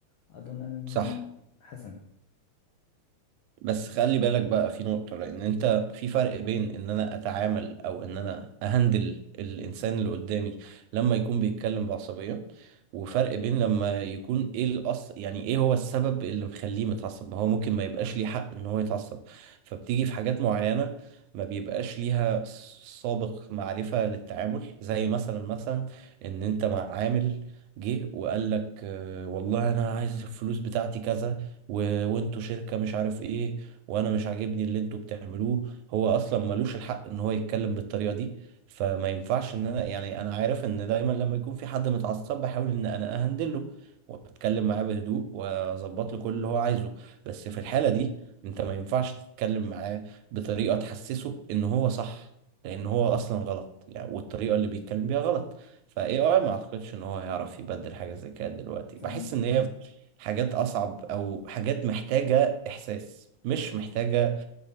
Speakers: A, on the left; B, on the right.
A: أظن أن
B: صح
A: حسن
B: بس خلي بالك بقى في نقطة لأن أنت في فرق بين إن أنا أتعامل أو إن أنا أهندل الإنسان اللي قدامي لما يكون بيتكلم بعصبية وفرق بين لما يكون إيه الأصل يعني إيه هو السبب اللي مخليه متعصب ما هو ممكن ما يبقاش ليه حق إن هو يتعصب فبتيجي في حاجات معينة ما بيبقاش ليها سابق معرفة للتعامل زي مثلا مثلا إن أنت مع عامل جه وقال لك آه، والله أنا عايز الفلوس بتاعتي كذا و... وانتوا شركة مش عارف ايه وانا مش عاجبني اللي انتوا بتعملوه هو اصلا ملوش الحق ان هو يتكلم بالطريقة دي فما ينفعش ان انا يعني انا عارف ان دايما لما يكون في حد متعصب بحاول ان انا اهندله واتكلم معاه بهدوء واظبط له كل اللي هو عايزه بس في الحالة دي انت ما ينفعش تتكلم معاه بطريقة تحسسه ان هو صح لان هو اصلا غلط يعني والطريقة اللي بيتكلم بيها غلط فاي اي ما اعتقدش ان هو هيعرف يبدل حاجه زي كده دلوقتي
A: فهمت
B: بحس ان هي حاجات أصعب أو حاجات محتاجة إحساس مش محتاجة